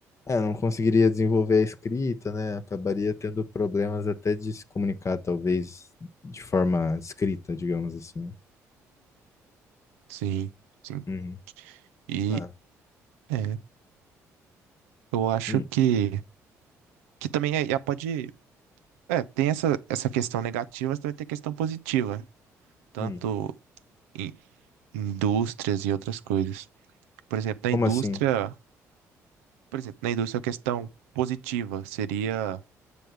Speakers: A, on the left; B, on the right.
A: É, não conseguiria desenvolver a escrita, né? Acabaria tendo problemas até de se comunicar, talvez, de forma escrita, digamos assim.
B: Sim, sim.
A: Uhum.
B: E
A: Ah,
B: é, eu acho
A: hum,
B: que que também é, já pode. É, tem essa, essa questão negativa, mas também tem questão positiva, tanto
A: hum.
B: em indústrias e outras coisas. Por exemplo, na
A: Como
B: indústria,
A: assim?
B: por exemplo, na indústria a questão positiva seria